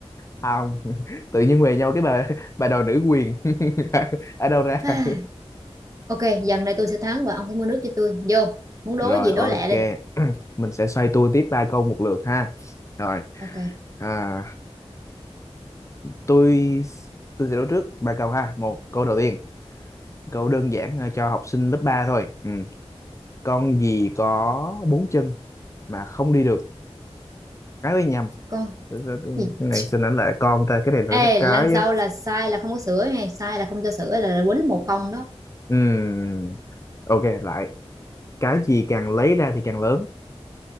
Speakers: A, on the left; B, on the right.
A: à, không, <laughs> tự nhiên huề nhau cái bà bà đòi nữ quyền <laughs> ở đâu ra?
B: à,
A: <laughs>
B: ok dần này tôi sẽ thắng và ông phải mua nước cho tôi vô muốn đố
A: Rồi
B: gì đố
A: ok,
B: lẹ đi
A: <clears throat> mình sẽ xoay tua tiếp ba câu một lượt ha. Rồi,
B: ok
A: à, tôi tôi sẽ đố trước ba câu ha. Một câu đầu tiên câu đơn giản ờ, cho học sinh lớp 3 thôi ừ. con gì có bốn chân mà không đi được cái cái nhầm
B: con
A: cái cái
B: gì
A: này xin ảnh lại con ta cái này là
B: ê
A: nó
B: lần
A: cái
B: sau
A: á
B: là sai là không có sửa hay sai là không cho sửa là quýnh một không đó
A: ừ. ok lại cái gì càng lấy ra thì càng lớn